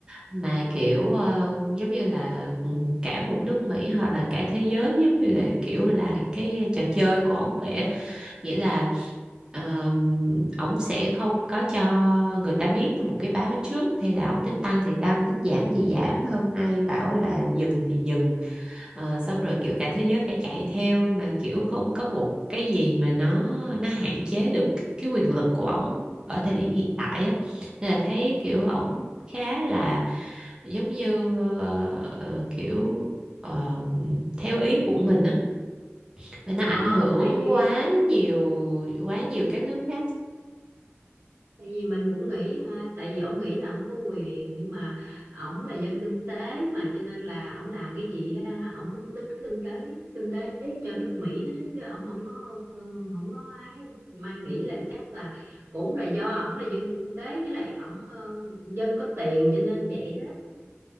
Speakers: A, on the right; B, on the right.
A: Mà kiểu ờ, giống như là ừ, cả một nước Mỹ hoặc là cả thế giới giống như là kiểu là cái trò chơi của ổng vậy á nghĩa là uh, ổng sẽ không có cho người ta biết một cái báo trước hay là ổng thích tăng thì tăng thích giảm thì giảm hôm nay bảo là dừng thì dừng Ờ, xong rồi kiểu cả thế giới phải chạy theo mà kiểu không có một cái gì mà nó nó hạn chế được cái quyền lực của ổng ở thời điểm hiện tại á Nên là thấy kiểu ổng khá là giống như ờ, ờ, kiểu ờ, theo ý của mình á và nó
B: ờ
A: ảnh hưởng
B: tại vì
A: quá
B: biết
A: nhiều quá nhiều các nước khác
B: tại vì mình cũng nghĩ ha tại vì ông nghĩ là ông có quyền nhưng mà ổng là dân kinh tế mà cho nên là ổng làm cái gì ha ổng cũng tính kinh tế kinh tế cho nước Mỹ hết á, chứ ổng không có ừ, không có ai Mai nghĩ là chắc là cũng là do ổng là dân kinh tế với lại ổng ờ, dân có tiền cho nên vậy đó